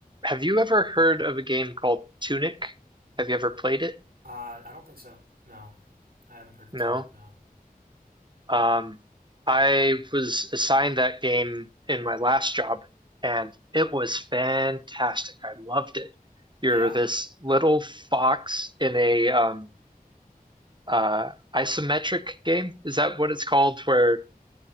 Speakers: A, on the right; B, on the right.
A: Have you ever heard of a game called Tunic? Have you ever played it?
B: Uh, I don't think so. No, I haven't heard of
A: No.
B: Tunic. No.
A: Um, I was assigned that game in my last job, and it was fantastic. I loved it. You're
B: Yeah.
A: this little fox in a um, uh, isometric game. Is that what it's called? Where